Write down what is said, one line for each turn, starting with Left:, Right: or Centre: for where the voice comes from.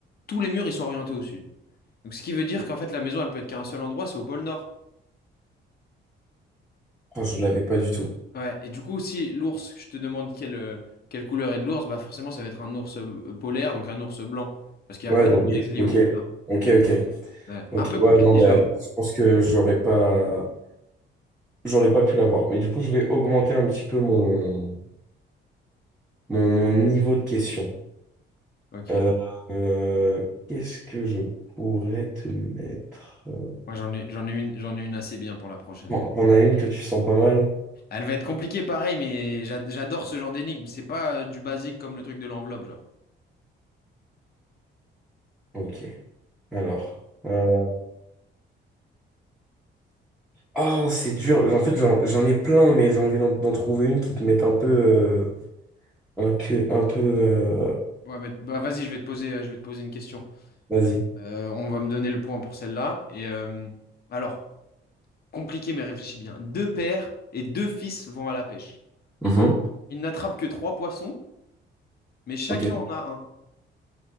Left: tous les murs ils sont orientés au sud. Donc, ce qui veut dire qu'en fait, la maison, elle peut être qu'à un seul endroit, c'est au pôle Nord.
Centre: Oh, je l'avais pas du tout.
Left: Ouais. Et du coup, si l'ours, je te demande quelle, euh, quelle couleur est de l'ours, bah forcément, ça va être un ours euh, polaire, donc un ours blanc, parce qu'il
Centre: Ouais,
Left: n'y a pas
Centre: donc
Left: de
Centre: oui,
Left: grizzly
Centre: ok,
Left: au pôle Nord.
Centre: ok, ok,
Left: Ouais.
Centre: ok.
Left: Un peu
Centre: Ouais,
Left: compliqué,
Centre: non, mais
Left: j'avoue.
Centre: je pense que j'aurais pas, j'aurais pas pu l'avoir. Mais du coup, je vais augmenter un petit peu mon, mon, mon niveau de question.
Left: Ok.
Centre: Euh, euh, qu'est-ce que je pourrais te mettre? euh,
Left: Moi, j'en ai, j'en ai une, j'en ai une assez bien pour la prochaine.
Centre: Bon, t'en as une que tu sens pas mal?
Left: Elle va être compliquée, pareil, mais j'a- j'adore ce genre d'énigme. C'est pas euh, du basique comme le truc de l'enveloppe, genre.
Centre: Ok. Alors, euh, ah, c'est dur. En fait, j'en j'en ai plein, mais j'ai envie d'en d'en trouver une qui te mette un peu. euh, un, que, un peu... euh,
Left: Ouais, mais bah, vas-y, je vais te poser, euh, je vais te poser une question.
Centre: vas-y.
Left: Euh, on va me donner le point pour celle-là. Et euh, alors, compliqué, mais réfléchis bien. Deux pères et deux fils vont à la pêche.
Centre: Mhm.
Left: Ils n'attrapent que trois poissons, mais chacun
Centre: Ok.
Left: en a un.